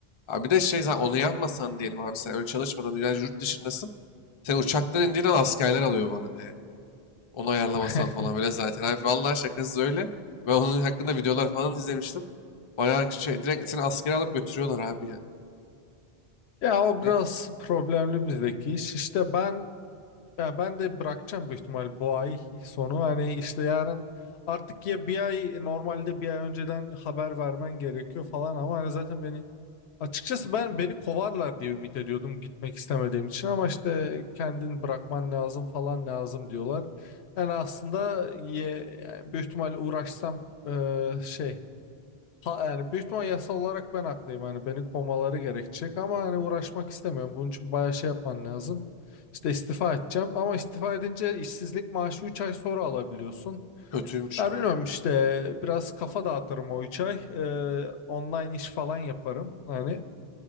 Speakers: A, on the left (about 40°); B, on the left (about 80°).
A: Abi bir de şey zaten onu yapmasan diyelim abi sen öyle çalışmadan yani yurt dışındasın. Sen uçaktan indiğin an askerler alıyor bu arada yani. Onu ayarlamasam
B: <laughs>
A: falan böyle zaten. Abi vallahi şakasız öyle. Ben onun hakkında videolar falan izlemiştim. Bayağı şey direkt seni askere alıp götürüyorlar abi ya.
B: Ya o biraz
A: E,
B: problemli bizdeki iş. İşte ben ya ben de bırakacağım büyük ihtimal bu ay sonu. Hani işte yarın artık ya bir ay normalde bir ay önceden haber vermen gerekiyor falan ama hani zaten beni açıkçası ben beni kovarlar diye ümit ediyordum gitmek istemediğim için ama işte kendin bırakman lazım falan lazım diyorlar. Yani aslında ye, yani büyük ihtimal uğraşsam eee, şey Ha, yani büyük ihtimal yasal olarak ben haklıyım. Hani beni kovmaları gerekecek ama hani uğraşmak istemiyorum. Bunun için bayağı şey yapman lazım. İşte istifa edeceğim ama istifa edince işsizlik maaşı 3 ay sonra alabiliyorsun.
A: kötüymüş
B: Ya
A: ha.
B: bilmiyorum işte biraz kafa dağıtırım o 3 ay. Ee, online iş falan yaparım. Hani